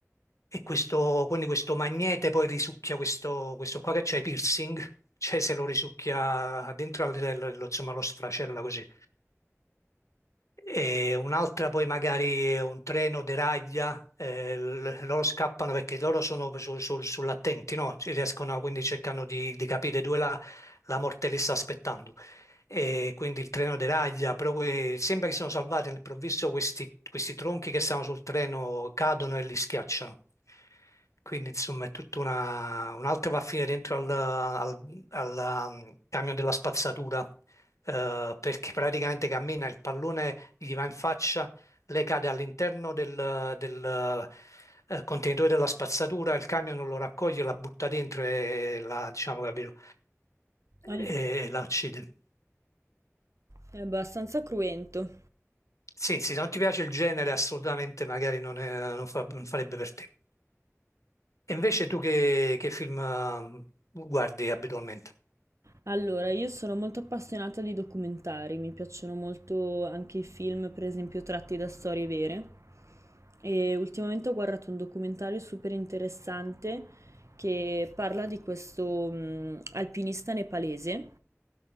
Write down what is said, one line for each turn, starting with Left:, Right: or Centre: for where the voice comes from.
Left: E questo, quindi questo magnete poi risucchia questo, questo qua che c'è, piercing, cioè se lo risucchia dentro, al- lo, insomma, lo sfracella così. E un'altra poi magari è un treno deraglia, eh, l- loro scappano perché loro sono sul- sul- sull'attenti, no? Ci riescono, quindi cercano di, di capire dove la, la morte li sta aspettando. E quindi il treno deraglia, però que- sembra che siano salvati all'improvviso questi, questi tronchi che stavano sul treno cadono e li schiacciano. Quindi insomma è tutta una... un'altra va a finire dentro al, al al, um, camion della spazzatura eh, perché praticamente cammina, il pallone gli va in faccia, lei cade all'interno del, del, eh, contenitore della spazzatura, il camion non lo raccoglie, la butta dentro e la, diciamo, capito,
Right: Ah,
Left: e la uccide.
Right: È abbastanza cruento.
Left: Sì, sì, se non ti piace il genere, assolutamente magari non, è- non fa- non farebbe per te. E invece tu che, che film eh, guardi abitualmente?
Right: Allora, io sono molto appassionata di documentari, mi piacciono molto anche i film, per esempio, tratti da storie vere. E ultimamente ho guardato un documentario super interessante che parla di questo mh, alpinista nepalese.